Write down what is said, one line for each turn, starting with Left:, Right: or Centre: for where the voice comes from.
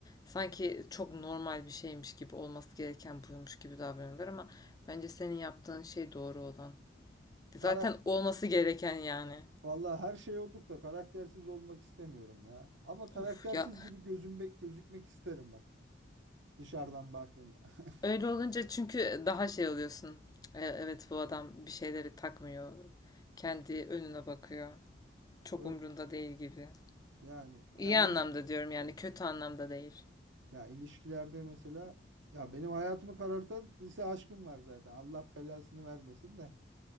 Left: Sanki çok normal bir şeymiş gibi olması gereken buymuş gibi davranıyorlar ama bence senin yaptığın şey doğru olan. Zaten
Right: kara
Left: olması gereken yani.
Right: vallahi her şey olduk da karaktersiz olmak istemiyorum ya. Ama karaktersiz
Left: Of ya
Right: gibi gözüm gözükmek isterim bak dışarıdan baktığında. <laughs>
Left: öyle olunca çünkü daha şey oluyorsun. E, Evet bu adam bir şeyleri takmıyor. Kendi önüne bakıyor. Çok
Right: Ö-
Left: umrunda değil gibi.
Right: yani yani
Left: İyi anlamda diyorum yani kötü anlamda değil.
Right: Ya ilişkilerde mesela ya benim hayatımı karartan lise aşkım var zaten. Allah belasını vermesin de.